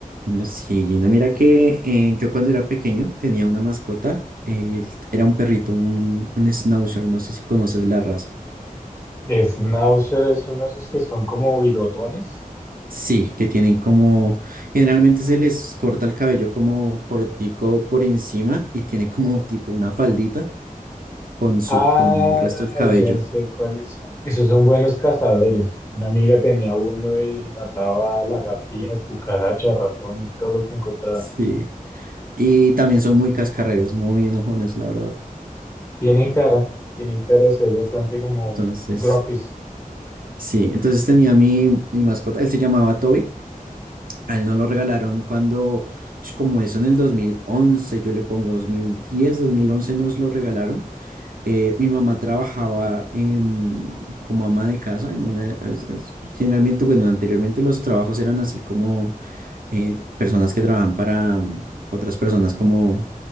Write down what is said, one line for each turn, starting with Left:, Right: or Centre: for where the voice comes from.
Right: No, Sí, Gina, mira que eh, yo cuando era pequeño tenía una mascota, él era un perrito, un, un schnauzer, no sé si conoces la raza.
Left: Schnauzer es uno de esos que son como bigotones.
Right: Sí, que tienen como, generalmente se les corta el cabello como cortico por encima y tiene como tipo una faldita con su,
Left: Ah,
Right: con el resto del cabello.
Left: ya sé cuáles son. Esos son buenos cazadores. Una amiga tenía uno y mataba lagartijas, cucarachas, ratones, todo lo que encontrara.
Right: Sí. Y también son muy cascarrabias, muy enojones, la verdad.
Left: Tienen cara, tienen cara de ser bastante como
Right: Entonces,
Left: grumpies.
Right: sí, entonces tenía mi, mi mascota, él se llamaba Toby. A él no lo regalaron cuando, es como eso en el dos mil once yo le pongo dos dos mil diez dos mil once nos lo regalaron. Eh, mi mamá trabajaba em, como ama de casa en una... es- es- generalmente, bueno, anteriormente los trabajos eran así como eh, personas que trabajan para mm, otras personas como